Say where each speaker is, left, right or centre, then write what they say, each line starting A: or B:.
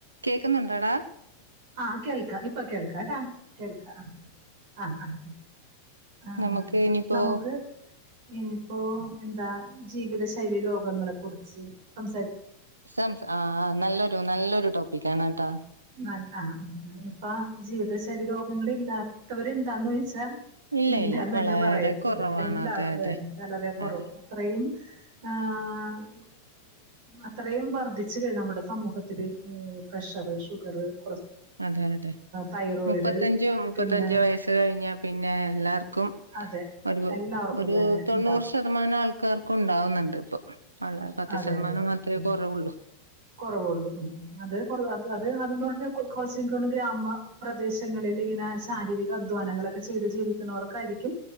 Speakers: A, on the right; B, on the right.
A: കേക്കുന്നുണ്ടാടാ
B: ആഹ് കേൾക്ക ഇപ് ഇപ്പൊ കേൾക്കാട്ടാ കേൾക്ക ആ ആഹ് ആഹ ആ
A: നമുക്ക് ഇനിയിപ്പോ
B: നമുക്ക്നിപ്പോഎന്താ ജീവിത ശൈലി രോഗങ്ങളെ കുറിച്ച് സം
A: സംസ ആ ആ നല്ലൊരു നല്ലൊരു ടോക്ക് പ്പിക്കാനാട്ടാ
B: ആ ആഹ ആ അപ്പ ജീവിതശലീ രോഗങ്ങള് ഇല്ലാത്തവര്ണ്ടാന്ന് ചോദിച്ചാൽ
A: ഇല്ല
B: ഇല്ലാന്നന്നെ
A: ഇല്ല വളരെ
B: പറയാ
A: കുറവാണ്
B: ഇല്ല എല്ലാ
A: അതെ അതെ
B: അന്നെ വളരെ കുറവ്
A: അതെ
B: അത്രയും ഉം. അത്രയും വർധിച്ചു കഴിഞ്ഞു നമ്മുടെ സമൂഹത്തില് പ്രഷർ ശുഗ <unintelligible>
A: അതെ അതെ
B: തൈറോയിഡ്
A: മുപ്പത്തഞ്ചോ മുപ്പത്തഞ്ചോ
B: പിന്നെ
A: വയസ്സ് കഴിഞ്ഞ പിന്നെ എല്ലാർക്കും
B: അതെ
A: ഒരു
B: എല്ലാവർക്കും
A: ഒരു
B: തന്നെ
A: തൊണ്ണൂറ്
B: ഉണ്ടാവും
A: ശതമാനം ആൾക്കാർക്കും ഉണ്ടാവുന്നുണ്ട് ഇപ്പൊ ഉള്ള പത്ത്
B: അതെ
A: ശതമാനം
B: അതെ അതെ
A: മാത്രമേ
B: ഉം
A: കുറവുള്ളു
B: കുറവുള്ളൂ ഉ അത് അത് അതെന്ന് പറഞ്ഞ കൊറച്ച് ഇൻകോന്ന്ണ് ഗ്രാമപ്രദേശങ്ങളിൽ ഇങ്ങനെ ശാരീരിക അധ്വാനങ്ങളൊക്കെ ചെയ്ത് ജീവിക്കണവർക്കായിരിക്കും